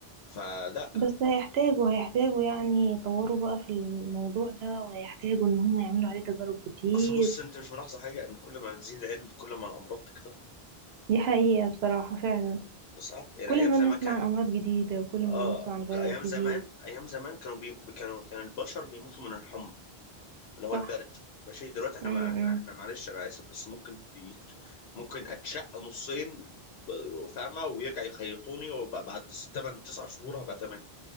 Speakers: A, on the left (about 75°); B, on the right (about 75°).
A: فلا
B: بس هيحتاجوا هيحتاجوا يعني يطوروا بقى في الموضوع ده وهيحتاجوا ان هم يعملوا عليه تجارب كتير
A: أصل بص أنت مش ملاحظة حاجة إن كل ما بتزيد علم كل ما الأمراض تكتر
B: دي حقيقة بصراحة فعلا
A: صح؟ يعني
B: كل
A: أيام
B: ما
A: زمان
B: نسمع
A: كان
B: عن امراض جديدة وكل
A: آه
B: ما نسمع عن فيروس
A: أيام زمان
B: جديد
A: أيام زمان كانوا بي... كانوا كان البشر بيموتوا من الحمى اللي هو
B: صح
A: البرد ماشي دلوقتي احنا
B: امم
A: ما احنا احنا معلش انا اسف بس ممكن ت- ممكن اتشق نصين ب- فاهمه ويرجع يخيطوني وبعد 8 9 شهور هبقى تمام